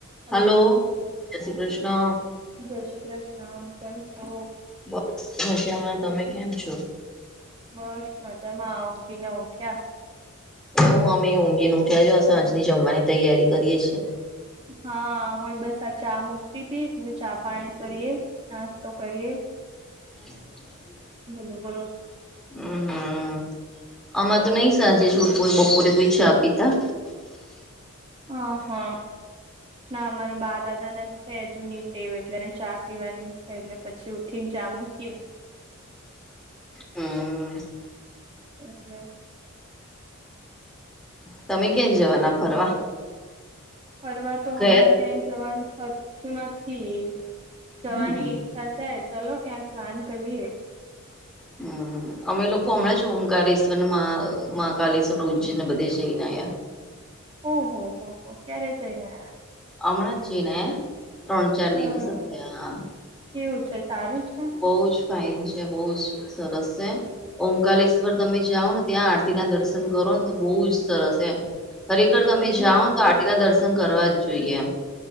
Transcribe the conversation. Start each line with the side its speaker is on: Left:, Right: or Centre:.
Right: Hello
Centre: hello જય શ્રી કૃષ્ણ
Right: જય શ્રી કૃષ્ણ કેમ છો?
Centre: બસ મજામાં તમે કેમ છો?
Right: બસ મજામાં ઊંઘીને ઓઠ્યા.
Centre: હ અમે ઊંઘીને ઉઠ્યાજ સાંજની જમવાની તૈયારી કરીએ છીએ.
Right: હા હુંએ બસ આ ચા મુકતી તી ચા પાણી કરીએ નાસ્તો કરીએ.
Centre: <unintelligible>
Right: બોલો બોલો.
Centre: હમ હમ આમાં તો નહી સાજે છ બપોરે કોઈ ચા પીતા.
Right: હ હા ના અમારા બા દાદાને છે જુની ટેવ એ ટલેને ચા પીવાની છે એટલે પછી ઉઠી ને ચા મૂકીએ.
Centre: હમ
Right: એટલે
Centre: તમે ક્યાંરે જવાના ફરવા?
Right: ફરવા તો
Centre: ગયા
Right: હમણાં ક્યાંય જવાનું થ તું નથી જવાની
Centre: હમ
Right: ઈચ્છા છે ચલો ક્યાંક પ્લાન કરીએ.
Centre: હમ અમે લોકો હમણાં જ ઓમકારેશ્વર ને મહા મહા કલેશવર ન ઉજ્જૈનને બધે જઈને આયા. <inaudible>
Right: ઓહ હો હો ક્યારે જઈ ને આયા.
Centre: અમણા જઈને આયા. ત્રણ ચાર
Right: આયા
Centre: દિવસે પેહા
Right: સરસ કેવું છે સારું છે
Centre: બોજ ફઇન છે બહુ જ સરસ છે ઓમકલેશ્વર તમે જાઓ ને ત્યાં આરતી ના દર્શન કરો ને તો બહુ જ સરસ એમ ખરેખર તમે
Right: એવું
Centre: જાઓને આરતી ના દર્શન કરવા જ જોઈએ એમ.